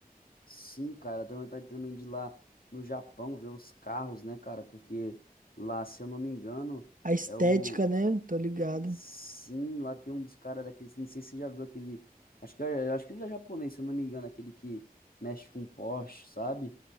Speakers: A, on the left; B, on the right.
A: Sim, cara, também vontade também de ir lá no Japão ver os carros, né, cara? Porque lá, se eu não me engano,
B: a estética,
A: é o.
B: né? Tô ligado.
A: Sim, lá tem um dos caras daqueles. Não sei se você já viu aquele. Acho que, é- acho que ele é japonês, se eu não me engano, aquele que mexe com Porsche, sabe?